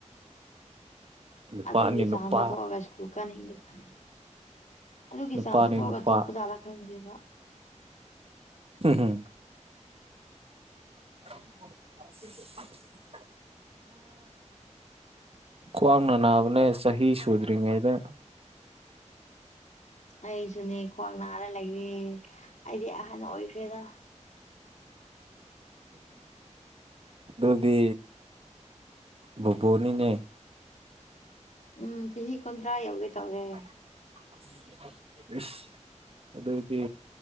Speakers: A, on the right; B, on the left.
A: ꯅꯨꯄꯥꯅꯤ
B: ꯑꯗꯨꯒꯤ ꯆꯥꯟꯁ
A: ꯅꯨꯄꯥ
B: ꯂꯧꯊꯣꯛꯑꯒ ꯁ꯭ꯀꯨꯜ ꯀꯥꯅꯤꯡꯗꯕ ꯑꯗꯨꯒꯤ
A: ꯅꯨꯄꯥꯅꯤ
B: ꯆꯥꯟꯁ ꯂꯧꯊꯣꯛꯑꯒ
A: ꯅꯨꯄꯥ
B: ꯇꯣꯛꯄ ꯖꯥꯠꯂꯥ ꯈꯪꯉꯗꯦꯕ
A: ꯍꯤꯝ ꯍꯨꯝ <inaudible> ꯀ꯭ꯋꯥꯡꯅ ꯅꯥꯕꯅꯦ ꯆꯍꯤ ꯁꯨꯗ꯭ꯔꯤꯉꯩꯗ
B: ꯑꯩꯁꯨꯅꯦ ꯈ꯭ꯋꯥꯡ ꯅꯥꯔ ꯂꯩꯔꯦ ꯑꯩꯗꯤ ꯑꯍꯟ ꯑꯣꯏꯈ꯭ꯔꯦꯗ
A: ꯑꯗꯨꯗꯤ ꯕꯨꯕꯨꯅꯤꯅꯦ
B: ꯎꯝ ꯆꯍꯤ ꯀꯨꯟꯊ꯭ꯔꯥ ꯌꯧꯒꯦ ꯇꯧꯔꯦ
A: <unintelligible> ꯏꯁ ꯑꯗꯣꯏꯗꯤ